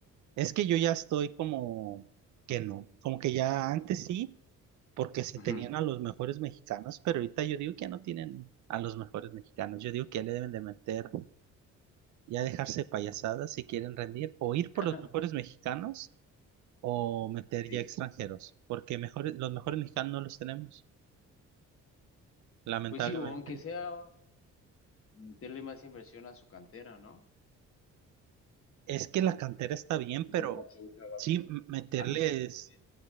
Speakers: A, on the right; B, on the left.
A: Es que yo ya estoy como que no, como que ya antes sí, porque se
B: Ujú.
A: tenían a los mejores mexicanos, pero ahorita yo digo que ya no tienen a los mejores mexicanos. Yo digo que ya le deben de meter, ya dejarse payasadas si quieren rendir, o ir por
B: <laughs>
A: los mejores mexicanos o meter
B: Sí,
A: ya extranjeros, porque mejores, los mejores mexicanos no los tenemos, lamentablemente.
B: pues sí, o aunque sea meterle más inversión a su cantera, ¿no?
A: Es que la cantera está bien,
B: como
A: pero
B: el Pachuca o
A: sí,
B: algo así.
A: m- meterles,
B: Ah, ¿tú crees que está bien?